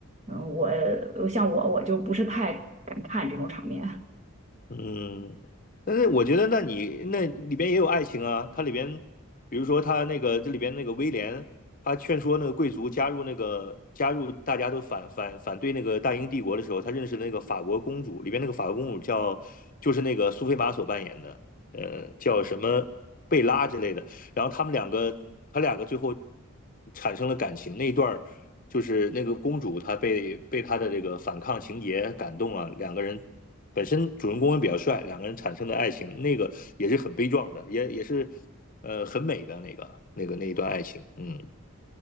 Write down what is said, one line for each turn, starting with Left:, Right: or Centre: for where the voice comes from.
Right: 嗯，我呃像我我就不是太敢看这种场面。
Left: 嗯，但是我觉得，那你那里边也有爱情啊。它里边，比如说他那个这里边那个威廉，他劝说那个贵族加入那个加入大家都反反反对那个大英帝国的时候，他认识了那个法国公主，里边那个法国公主叫就是那个苏菲玛索扮演的，呃，叫什么贝拉之类的。然后他们两个，他两个最后产生了感情。那一段儿就是那个公主，她被被他的这个反抗情节感动了，两个人本身主人公也比较帅，两个人产生的爱情，那个也是很悲壮的，也也是呃很美的那个那个那一段爱情。嗯，